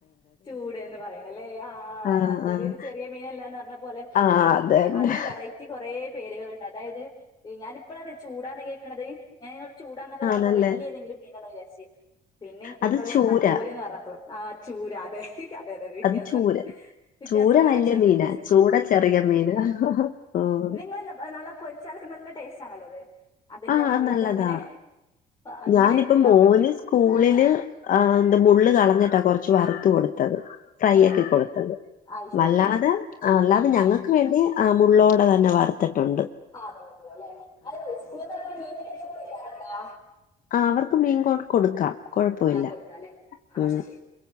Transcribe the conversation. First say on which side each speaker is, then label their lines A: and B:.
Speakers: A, on the left; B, on the left.
A: ചൂടേന്ന് പറയണല്ലേ ആ
B: ആഹ്
A: നത്തോലി
B: ആഹ്
A: ഒരു ചെറിയ മീനല്ലാന്ന് പറഞ്ഞ പോലെ
B: ആഹ്
A: പിന്നെ
B: അതന്നെ
A: അതിന് വെറൈ <unintelligible> കൊറേ പേര്കളുണ്ട് അതായത് ഞാനിപ്പളാട്ടോ ചൂടാന്ന് കേക്ക്ണത് ഞാൻ നിങ്ങള് ചൂടാന്നൊക്കെ പറഞ്ഞപ്പോ
B: ആണല്ലേ
A: വലിയഏതെങ്കിലും മീനാന്ന വിചാരിച്ചേ പിന്നെ എനിക്ക്ങ്ങള്
B: അത് ചൂര
A: നത്തോലി എന്ന് പറഞ്ഞ ആ ചൂര അതെ അതെ അത വെത്യാസണ്ട്
B: അത് ചൂര
A: വെത്യാസണ്ട്
B: ചൂര
A: ഒര്
B: വല്യ
A: അക്ഷരത്തിന്
B: മീനാ
A: വെത്യാസണ്ട്
B: ചൂട ചെറിയ മീനാ ഓഹ്
A: നിങ്ങൾ നല്ല പൊരിച്ചാലൊക്കെ നല്ല ടേസ്റ്റ് ആണല്ലോ അത് അതിന്റെ
B: ആഹ്
A: മുള്ളൊക്കെ
B: അത് നല്ലതാ
A: ഇങ്ങനെ അങ്ങനെ
B: ഞാനിപ്പം
A: തിന്നാൻ
B: മോന്
A: പറ്റു
B: സ്കൂളില് ആ എന്ത മുള്ള് കളഞ്ഞിട്ടാ കുറച്ച് വറുത്ത് കൊടുത്തത് ഫ്രൈ
A: ഏ
B: ആക്കി കൊടുത്തത്
A: അത് ശരി
B: വല്ലാതെ അല്ലാതെ
A: ആ
B: ഞങ്ങൾക്ക് വേണ്ടി ആ മുള്ളോടെ തന്നെ വർത്തിട്ടുണ്ട്
A: ആതെ അതെ അല്ലെ അതെ <unintelligible>
B: ആ അവർക്ക് മീൻ കൊട് കൊടുക്കാം കൊഴപ്പമില്ല
A: ആഹ് കൊടുക്കാല്ലേ ആഹ്
B: ഉം
A: അത് ശരി